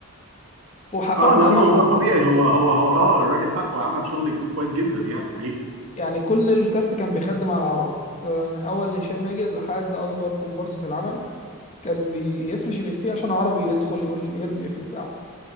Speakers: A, on the left; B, on the right.
A: وحقهم
B: اه لانه
A: بصراحه
B: هو
A: يعني
B: طبيعي هو هو هو اه الراجل حقه عمل شغل ك- كويس جدا يعني حقيقي
A: يعني كل الكاست كان بيخدم على عربي آه من اول هشام ماجد لحد اصغر كومبارس في العمل كان بيفرش الافيه عشان عربي يدخل يقول يرمي الافيه بتاعه